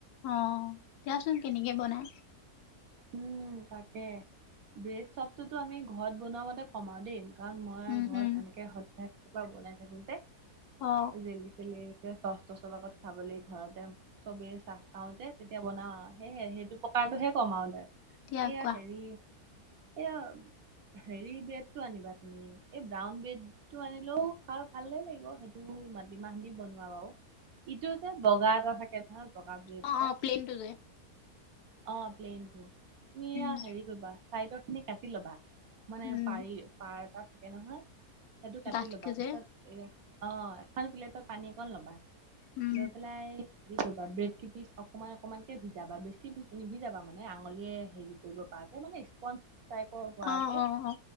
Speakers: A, on the left; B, on the right.
A: অ' দিয়াচোন কেনেকে বনায়?
B: উম, তাকে ব্ৰেড চবটোতো আমি ঘৰত বনোৱা মতে বনাও দেই, কাৰণ মই
A: উম
B: ঘৰত
A: উম
B: এনেকে সধ্য কেতিয়াবা বনাই থাকো যে।
A: অ
B: জেলি চেলি চ চৰ লগত খাবলৈ ঘৰতে' চবেই চাহ খাওঁ যে, তেতিয়া বনাও আৰু সেয়হে সেইটো প্ৰকাৰটোহে কম আৰু। এয়া
A: দিয়া কোৱা
B: হেৰি, এয়া হেৰি ব্ৰেডটো আনিবা তুমি, এই ব্ৰাউন ব্ৰেডটো আনিলেও খা ভালে লাগিব, সেইটো মাটিমাহ দি বনোৱা আৰু। ইটো যে বগা এটা থাকে তোমাৰ বগা ব্ৰেড
A: অ
B: এটা।
A: অ প্লেনটো যে
B: অ'প্লেইনটো, তুমিয়া
A: উম
B: হেৰি কৰিবা চাইডৰ খিনি কাটি ল'বা। মানে
A: উম
B: পাৰি, পাৰ এটা থাকে নহয়, সেইটো কাটি
A: ডাঠকে
B: ল'বা,
A: যে
B: তাপিছত এ, অ' এখন কলেপ পানী অকণ ল'বা,
A: উম
B: লৈ পেলাই- কি কৰিবা, ব্ৰেড কি পিচ অকনমান অকনমান কে ভিজাবা, বেছি নিহিজাবা, মানে আঙলিয়ে হেৰি কৰিব পৰাকৈ, মানে স্পঞজ টাইপৰ হোৱকে।
A: অ অ অ